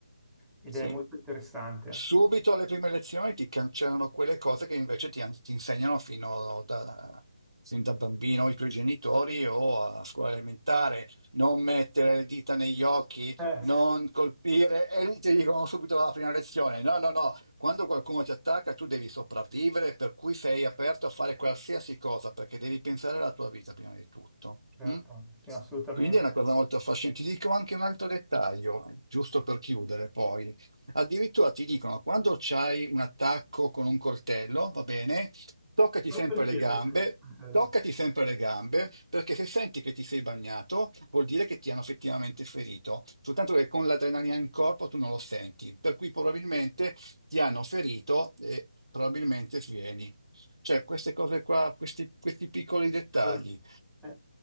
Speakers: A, in the centre; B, on the right (about 80°).
A: ed
B: Sì.
A: è molto interessante.
B: Subito alle prime lezioni ti cancellano quelle cose che invece ti, an- ti insegnano fino da, sin da bambino i tuoi genitori o a scuola elementare. Non mettere le dita negli occhi,
A: Eh,
B: non colpire, e lì ti dicono subito alla prima lezione: no, no, no, quando qualcuno ti attacca tu devi sopravvivere, per cui sei aperto a fare qualsiasi cosa perché devi pensare alla tua vita prima di tutto.
A: Certo,
B: mm?
A: sì, assolutamente.
B: Quindi è una cosa molto affascinante. Ti dico anche un altro dettaglio, giusto per chiudere poi. Addirittura ti dicono, quando c'hai un attacco con un coltello, va bene, toccati
A: Solo
B: sempre
A: per
B: le
A: chiedere
B: gambe,
A: quindi il coltello.
B: toccati sempre le gambe, perché se senti che ti sei bagnato, vuol dire che ti hanno effettivamente ferito, soltanto che con l'adrenalina in corpo tu non lo senti, per cui probabilmente ti hanno ferito e probabilmente svieni. Cioè, queste cose qua, questi, questi piccoli dettagli.
A: Allora, È,